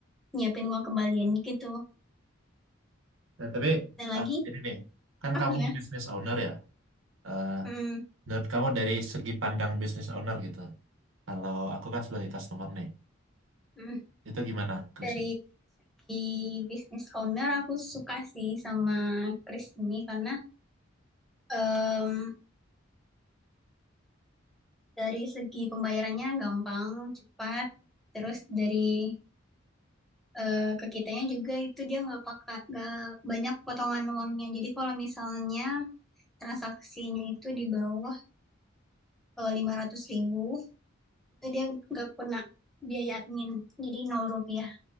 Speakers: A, in the centre; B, on the right.
A: nyiapin uang kembalian gitu.
B: Nah, tapi
A: Dan
B: ah,
A: lagi,
B: ini nih, kan
A: oh
B: kamu
A: gimana?
B: business owner ya. Eh,
A: Hmm,
B: menurut kamu dari segi pandang business owner gitu. Kalau aku kan sebagai customer nih.
A: hmm.
B: Itu gimana, Krisik?
A: Dari di bisnis owner aku suka sih sama Chris ini karena em, dari segi pembayarannya gampang, cepat, terus dari eh, ke kitanya juga itu dia nggak pakai nggak banyak potongan uangnya. Jadi kalau misalnya transaksinya itu di bawah kalau lima ratus ribu itu dia nggak kena biaya admin jadi nol rupiah